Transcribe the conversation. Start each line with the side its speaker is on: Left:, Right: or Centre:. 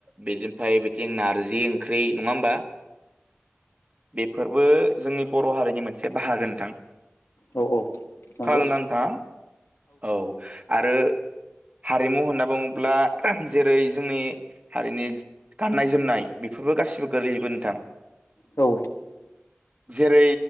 Right: बिनिफ्राय बिथिं नारजि ओंख्रि नङा होमबा बेफोरबो जोंनि बर' हारिनि मोनसे बाहागो नोंथां।
Left: औ नंगौ
Right: खोनादो ना नोंथां? औ आरो हारिमु होनना बुङोब्ला जेरै-जोंनि हारिनि गाननाय जोमनाय बेफोरबो गासिबो गोरलैजोबो नोंथां।
Left: औ
Right: जेरै